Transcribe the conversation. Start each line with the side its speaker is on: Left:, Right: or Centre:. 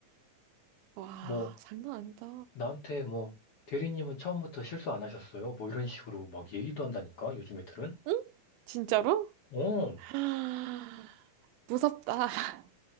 Right: 와,
Left: 뭐,
Right: 장난 아니다.
Left: 나한테 뭐 대리님은 처음부터 실수 안 하셨어요? 뭐 이런 식으로 막 얘기도 한다니까 요즘 애들은.
Right: 응? 진짜로?
Left: 어,
Right: <gasps> 무섭다. <laughs>